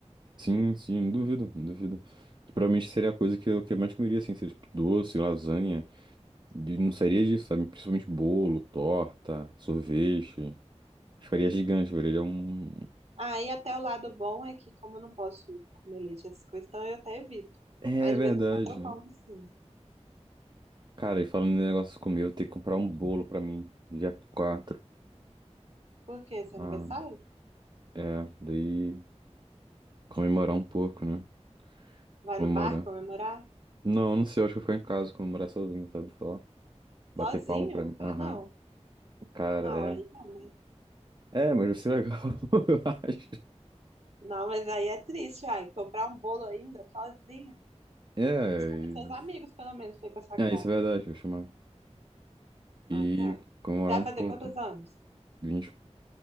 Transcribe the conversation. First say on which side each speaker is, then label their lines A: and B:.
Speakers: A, on the right; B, on the right.
A: Sim, sim, não duvido, não duvido. Provavelmente seria a coisa que eu, que eu mais comeria, assim, seria tipo, doce, lasanha. De não sairia disso, sabe? Principalmente bolo, torta, sorvete. Ficaria gigante, velho. Ele é um.
B: Aí até o lado bom é que, como eu não posso comer leite, essas coisas, então eu até evito.
A: É
B: Mas de
A: verdade,
B: vez em quando eu
A: né?
B: como, sim.
A: Cara, e falando em negócio de comer, eu vou ter que comprar um bolo pra mim, dia quatro
B: Por quê? Seu
A: Ah,
B: aniversário?
A: é. Daí comemorar um pouco, né?
B: Vai
A: Comemorar.
B: no bar comemorar?
A: Não, não sei, eu acho que eu vou ficar em casa, comemorar sozinho, sabe? Só bater
B: Sozinho?
A: palma pra mim. Aham.
B: Ah, não.
A: Cara,
B: Não,
A: é.
B: aí não, né?
A: É, mas vai ser legal, <laughs> eu acho.
B: Não, mas aí é triste, ai. Comprar um bolo ainda sozinho.
A: É,
B: Chama seus amigos,
A: e-
B: pelo menos, pra ir pra sua
A: é,
B: casa.
A: isso é verdade, vou chamar. e
B: Ah, tá. Você
A: comemorar
B: vai
A: um
B: fazer
A: pouco.
B: quantos anos?
A: 20